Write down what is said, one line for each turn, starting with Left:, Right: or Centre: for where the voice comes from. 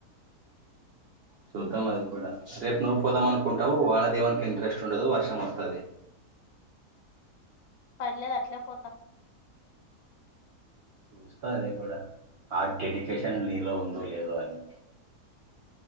Right: చూద్దాం అది కూడా రేపు నువ్వు పోదామ అనుకుంటావు వానదేవనికి ఇంట్రెస్ట్ ఉండదు. వర్షం వస్తుంది.
Left: పర్లేదు. దట్లా పోత
Right: చూస్తా అది కూడా ఆ డెడికేషన్ నీలో ఉందో లేదో అని.